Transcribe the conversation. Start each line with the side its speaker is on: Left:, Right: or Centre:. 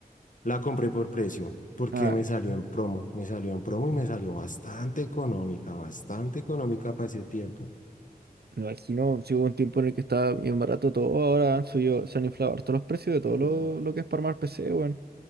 Left: La compré por precio, porque
Right: Ah,
Left: me salió en promo, me salió en promo y me salió bastante económica, bastante económica para ese tiempo.
Right: me imagino, si hubo un tiempo en el que estaba bien barato todo, ahora han subido, se han inflado todos los precios de todo
Left: No.
Right: lo, lo que es para armar PC, weón.